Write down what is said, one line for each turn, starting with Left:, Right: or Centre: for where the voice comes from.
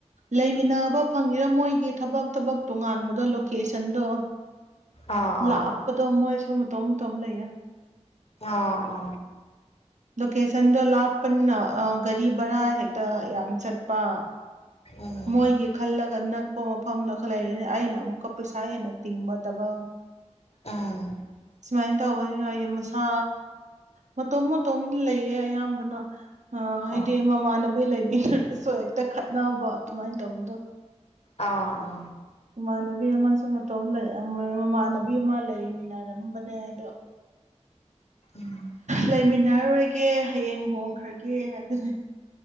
Right: ꯂꯩꯃꯤꯟꯅꯕ ꯐꯪꯅꯤꯤꯔꯥ ꯃꯣꯏꯒꯤ ꯊꯕꯛ ꯊꯕꯛ ꯇꯣꯉꯥꯟꯕꯗꯣ ꯂꯣꯀꯦꯁꯟꯗꯣ
Left: ꯑꯥꯎ ꯑꯥꯎ
Right: ꯂ ꯑꯄ ꯇꯃꯁꯨ ꯃ ꯇꯧ ꯃ ꯇꯧꯝ ꯂꯩꯌꯦ
Left: ꯑꯥ ꯑ
Right: ꯂꯣꯀꯦꯁꯟꯗꯣ ꯂꯥꯞꯄꯅ ꯒꯥꯔꯤ ꯚꯔꯥ ꯍꯦꯛꯇ ꯌꯥꯝ ꯆꯠꯄ
Left: ꯎꯝ
Right: ꯃꯣꯏꯒꯤ ꯈꯜꯂꯒꯅ ꯑꯄ ꯃꯐꯝꯗ ꯈꯔ ꯂꯩꯔꯦꯅꯦ ꯑꯩꯅ ꯑꯃꯨꯛꯀ ꯄꯩꯁꯥ ꯍꯦꯟꯅ ꯇꯤꯡꯕꯗꯕ
Left: ꯑꯥ
Right: ꯁꯨꯃꯥꯏꯅ ꯇꯧꯕꯅꯤꯅ ꯑꯩ ꯃꯁꯥ ꯃꯇꯣꯝ ꯃꯇꯣꯝ ꯂꯩꯌꯦ ꯑꯌꯥꯝꯕꯅ ꯑ ꯍꯥꯏꯗꯤ
Left: ꯑꯥꯎ
Right: ꯃꯃꯥꯟꯅꯕꯤ ꯂꯩꯃꯤꯟꯅꯔꯁꯨ ꯍꯦꯛꯇ ꯈꯠꯅꯕ ꯑꯗꯨꯃꯥꯏꯅ ꯇꯧꯕꯗꯣ
Left: ꯑꯥ ꯑ
Right: ꯏꯃꯥꯟꯅꯕꯤ ꯑꯃꯁꯨ ꯃꯇꯣꯝ ꯂꯩ ꯃꯃꯥꯟꯅꯕꯤ ꯑꯃ ꯂꯩ ꯃꯤꯅꯥꯔꯝꯕꯅꯦ ꯑꯗꯣ <unintelligible>
Left: ꯎꯝ
Right: ꯂꯩꯃꯤꯟꯅꯔꯣꯏꯒꯦ ꯍꯌꯦꯡ ꯍꯣꯡꯈ꯭ꯔꯒꯦ ꯍꯥꯏꯕꯅꯤ